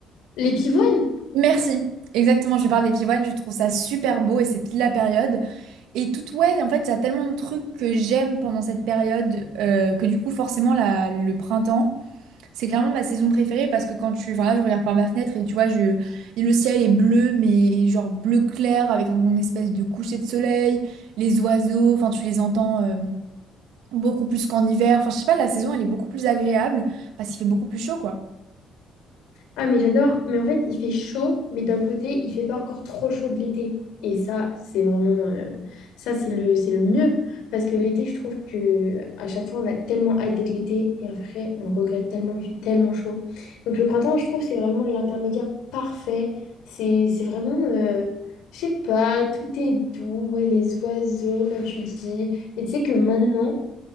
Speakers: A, on the left; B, on the right.
A: les pivoines?
B: merci exactement je parle des pivoines je trouve ça super beau et c'est pile la période et tout ouais en fait il y a tellement de trucs que j'aime pendant cette période euh, que du coup forcément la- le printemps c'est clairement ma saison préférée parce que quand tu enfin là je regarde par ma fenêtre et tu vois je et le ciel est bleu mais genre bleu clair avec un une espèce de coucher de soleil les oiseaux, enfin tu les entends euh, Beaucoup plus qu'en hiver. Enfin, je sais pas, la saison, elle est beaucoup plus agréable parce qu'il fait beaucoup plus chaud, quoi.
A: Ah, mais j'adore. Mais en fait, il fait chaud, mais d'un côté, il fait pas encore trop chaud de l'été. Et ça, c'est vraiment, euh, ça, c'est le, c'est le mieux. Parce que l'été, je trouve que à chaque fois, on a tellement hâte d'être l'été. Et après, on regrette tellement, il fait tellement chaud. Donc, le printemps, je trouve, c'est vraiment l'intermédiaire parfait. C'est, c'est vraiment, euh, je sais pas, tout est doux. Ouais, les oiseaux, comme tu dis. Et tu sais que maintenant,